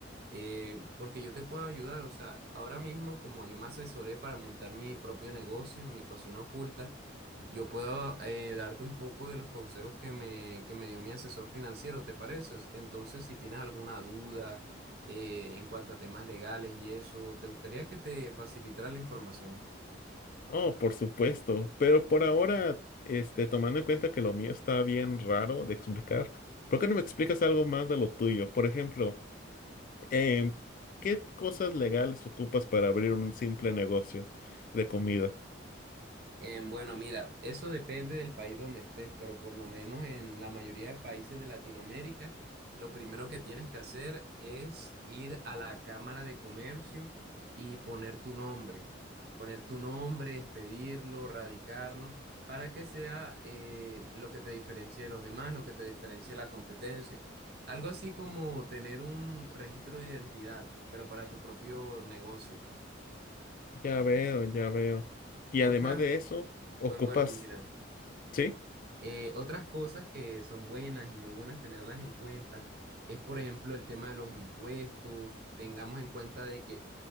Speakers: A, on the right; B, on the left.
A: Eh, porque yo te puedo ayudar, o sea, ahora mismo como yo me asesoré para montar mi propio negocio, mi cocina oculta, yo puedo eh, darte un poco de los consejos que me, que me dio mi asesor financiero, ¿te parece? Entonces, si tienes alguna duda eh, en cuanto a temas legales y eso, ¿te gustaría que te facilitara la información?
B: Oh, por supuesto, pero por ahora, este, tomando en cuenta que lo mío está bien raro de explicar, ¿por qué no me explicas algo más de lo tuyo? Por ejemplo, em, ¿qué cosas legales ocupas para abrir un simple negocio de comida?
A: Eh, bueno, mira, eso depende del país donde estés, pero por lo menos en la mayoría de países de Latinoamérica, lo primero que tienes que hacer es ir a la Cámara de Comercio y poner tu nombre, poner tu nombre, expedirlo, radicarlo, para que sea eh, lo que te diferencie de los demás, lo que te diferencie de la competencia. Algo así como tener un registro de identidad, pero para tu propio negocio.
B: Ya veo, ya veo. Y
A: Otra,
B: además de eso, ocupas...
A: pues bueno, mira.
B: ¿sí?
A: Eh, otras cosas que son buenas y muy buenas tenerlas en cuenta es, por ejemplo, el tema de los impuestos. Tengamos en cuenta de que